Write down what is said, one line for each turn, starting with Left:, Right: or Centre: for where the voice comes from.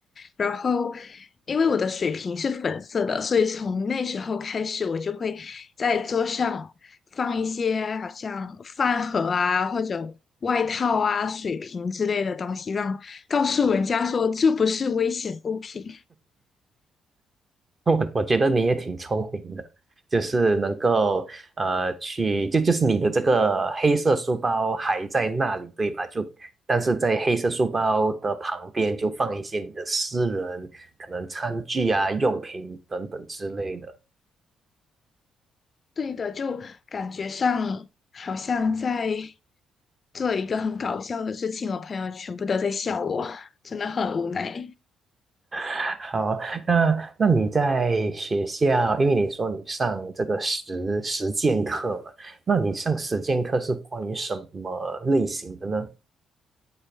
Left: 然后，因为我的水瓶是粉色的，所以从那时候开始，我就会在桌上放一些好像饭盒啊，或者外套啊、水瓶之类的东西，让告诉人家说这不是危险物品。
Right: <laughs> 我我觉得你也挺聪明的，就是能够呃去，就就是你的这个黑色书包还在那里，对吧？就但是在黑色书包的旁边就放一些你的私人可能餐具啊、用品等等之类的。
Left: 对的，就感觉上好像在做一个很搞笑的事情，我朋友全部都在笑我，真的很无奈。
Right: <laughs> 好，那那你在学校，因为你说你上这个实实践课嘛，那你上实践课是关于什么类型的呢？